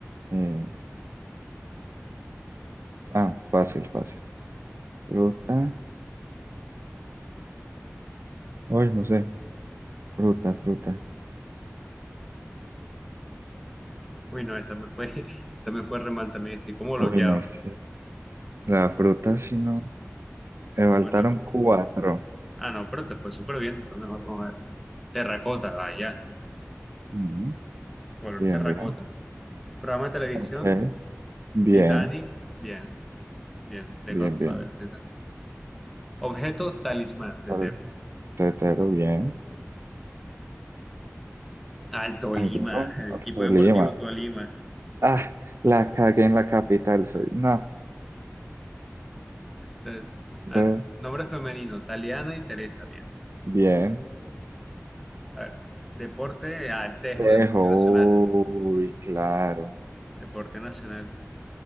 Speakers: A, on the right (about 55°); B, in the centre.
A: Eh, ah, fácil, fácil. Fruta. Uy, no sé, fruta, fruta.
B: Uy, no, esta me fue, <laughs> esta me fue re mal también. Estoy como bloqueado.
A: Uy, no sé. La fruta, si no. Me faltaron
B: Bueno,
A: cuatro.
B: Ah, no, pero te fue súper bien, te fue mejor. Vamos a ver. Terracota, vaya.
A: Ujú,
B: Color
A: Bien,
B: terracota.
A: bien.
B: Programa de televisión,
A: Ok. Bien,
B: Titanic. Bien, bien. The
A: bien,
B: Godfather,
A: bien.
B: Titanic. Objeto, talismán, tetero.
A: Tor- Tetero, bien.
B: Al Tolima,
A: Equipo,
B: el equipo
A: Tolima.
B: deportivo Tolima.
A: Ah, la cagué en la capital. Soy. No.
B: Entonces,
A: de-
B: ah, nombre femenino, Taliana y Teresa, bien.
A: Bien.
B: A ver, deporte, Altejo,
A: Tejo.
B: deporte nacional.
A: Uy, claro.
B: Deporte nacional,